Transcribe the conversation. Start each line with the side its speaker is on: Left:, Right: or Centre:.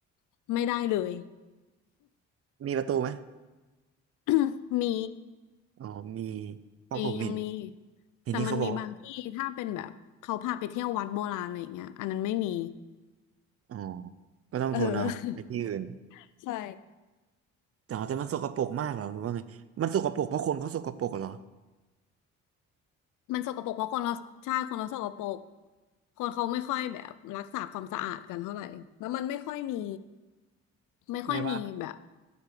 Left: ไม่ได้เลย
Right: มีประตูไหม
Left: <coughs> มี
Right: อ๋อมีเพราะผมเห็น
Left: มียังมี
Right: เห็นที่เขาบอกว่า
Left: แต่มันมีบางที่ถ้าเป็นแบบเขาพาไปเที่ยววัดโบราณอะไรอย่างเงี้ยอันนั้นไม่มี
Right: อ๋อก็ต้องทนเอาไปที่อื่น
Left: เออ <laughs> ใช่
Right: แต่แต่มันสกปรกมากเหรอหรือว่าไง มันสกปรกเพราะคนเขาสกปรกเหรอ
Left: มันสกปรกเพราะคนเราใช่คนเราสกปรกคนเขาไม่ค่อยแบบรักษาความสะอาดกันเท่าไหร่แล้วมันไม่ค่อยมีไม่ค่อยมีแบบ
Right: ไม่ว่า